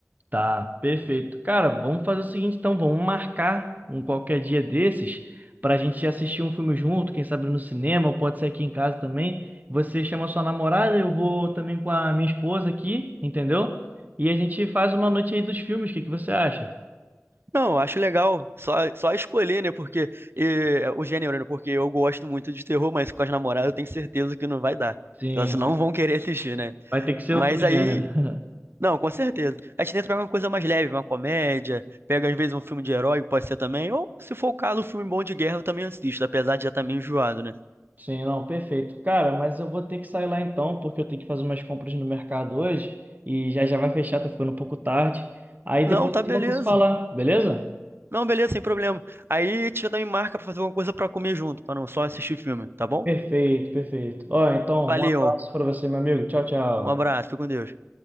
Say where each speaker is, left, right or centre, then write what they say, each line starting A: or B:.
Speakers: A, on the right (about 35°); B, on the right (about 50°).
A: Tá, perfeito. Cara, vamos fazer o seguinte então, vamos marcar um qualquer dia desses pra gente assistir um filme junto, quem sabe no cinema, ou pode ser aqui em casa também. Você chama sua namorada, eu vou também com a minha esposa aqui, entendeu? E a gente faz uma noite aí dos filmes, o que que você acha?
B: Não, eu acho legal. Só, só escolher, né? Porque eh, o gênero, né? Porque eu gosto muito de terror, mas com as namoradas eu tenho certeza que não vai dar.
A: Sim.
B: Que elas não vão querer assistir, né?
A: Vai ter que ser
B: Mas
A: outro gênero.
B: aí.
A: <laughs>
B: Não, com certeza. A gente tenta pegar uma coisa mais leve, uma comédia, pega às vezes um filme de herói, pode ser também. Ou, se for o caso, um filme bom de guerra eu também assisto, apesar de já estar meio enjoado, né?
A: Sim, não, perfeito. Cara, mas eu vou ter que sair lá então, porque eu tenho que fazer umas compras no mercado hoje e já já vai fechar, tá ficando um pouco tarde. Aí
B: Não,
A: depois
B: tá
A: a gente
B: beleza.
A: volta a se falar, beleza?
B: Não, beleza, sem problema. Aí a gente já também marca pra fazer alguma coisa pra comer junto, pra não só assistir filme, tá bom?
A: Perfeito, perfeito. Ó, então,
B: Valeu,
A: um abraço pra você, meu amigo. Tchau, tchau.
B: um abraço, fica com Deus.